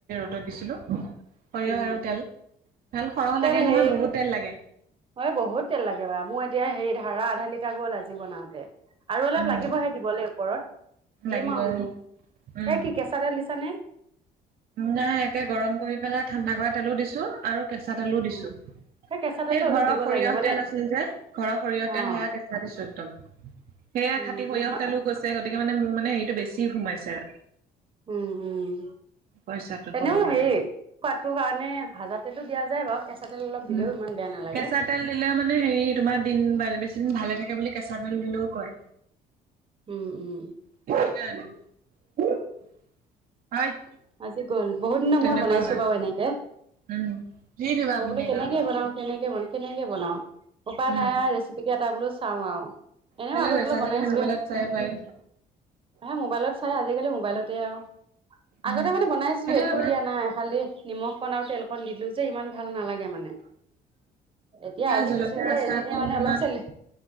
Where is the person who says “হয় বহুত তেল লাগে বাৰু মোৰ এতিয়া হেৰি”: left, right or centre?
Right